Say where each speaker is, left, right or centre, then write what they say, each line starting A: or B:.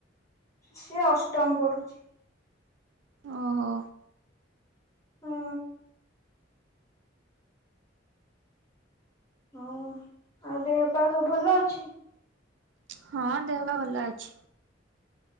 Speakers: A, on the left; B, on the right.
A: ସେ ଅଷ୍ଟମ ପଢୁଛି।
B: ଓହୋ।
A: ହୁଁ ଆଉ ଦେହ ପା ସବୁ ଭଲ ଅଛି?
B: ହଁ ଦେହ ପା ଭଲ ଅଛି।